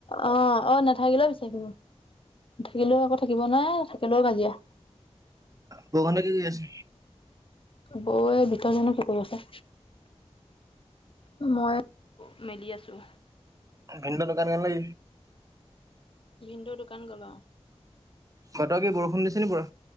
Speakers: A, on the left; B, on the right.
A: অ', নাথাকিলেও বিচাৰিব থাকিলেও আকৌ থাকিব নাই থাকিলেও কাজিয়া
B: বোকান কি কি আছে
A: বৌ বিতৰ্জক চক আছে মই মেলি আছো
B: ভিণ্ড দোকান কে লি?
A: ভিন্দুৰ দোকান গলা
B: বতৰ কি বৰষুণ দিছে নি পুৰা?